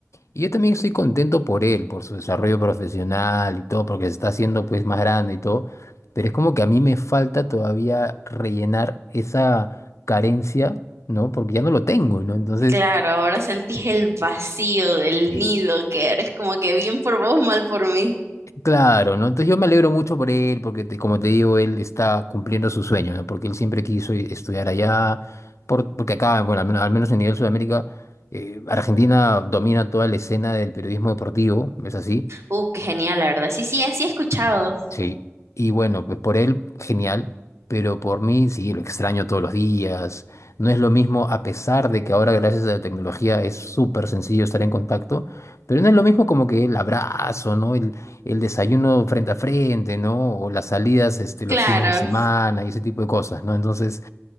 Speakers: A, on the left; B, on the right.
A: Y yo también estoy contento por él, por su desarrollo profesional y todo, porque se está haciendo pues más grande y todo. Pero es como que a mí me falta todavía rellenar esa carencia, ¿no? Porque ya no lo tengo, ¿no? Entonces,
B: Claro, ahora sentís el vacío del
A: Sí.
B: nido, que eres como que bien por vos, mal por mí.
A: claro, ¿no? Entonces yo me alegro mucho por él, porque te- como te digo, él está cumpliendo su sueño, ¿no? Porque él siempre quiso i- estudiar allá, por- porque acá, bueno, al, men- al menos en nivel Sudamérica, eh, Argentina domina toda la escena del periodismo deportivo, ¿es así?
B: Uh, qué genial, la verdad. Sí, sí, así he escuchado.
A: Sí, y bueno, pues por él, genial, pero por mí, sí, lo extraño todos los días. No es lo mismo, a pesar de que ahora, gracias a la tecnología, es súper sencillo estar en contacto, pero no es lo mismo como que el abrazo, ¿no? El, el desayuno frente a frente, ¿no? O las salidas, este, los
B: Claro,
A: fines de semana y ese tipo de cosas, ¿no? Entonces,